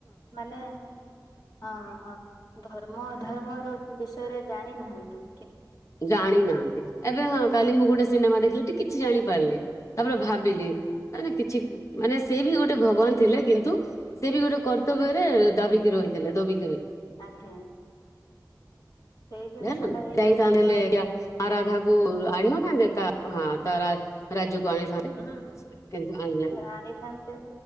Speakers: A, on the left; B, on the left.
A: ମାନେ ହଁ ହଁ ଧର ଆମ ଧର୍ମର ବିଷୟରେ ଜାଣିନାହାନ୍ତି।
B: ଜାଣି ନାହାଁନ୍ତି। ଏବେ ହଁ କାଲି ମୁଁ ଗୋଟେ ସିନେମା ଦେଖିଲୁ ଟିକେ କିଛି ଜାଣିପାରିଲି, ତାପରେ ଭାବିଲି ମ କିଛି ମାନେ ସେ ବି ଗୋଟେ ଭଗବାନ ଥିଲେ କିନ୍ତୁ ସେ ବି ଗୋଟେ କର୍ତ୍ତବ୍ୟରେ ଦାବିକି ରହିଥିଲେ, ଦବି
A: ଆଜ୍ଞା। ସେଇ ଜିନିଷଟା
B: <unintelligible> ଆ
A: ହେଇଯାଉଛି ହଁ।
B: ରାଧାକୁ ଆଣିନଥାନ୍ତେ ତା ହଁ ତା ରା ରାଜ୍ୟକୁ ଆଣିଥାନ୍ତେ
A: ହୁଁ <unintelligible>
B: କିନ୍ତୁ ଆଣିଲାନି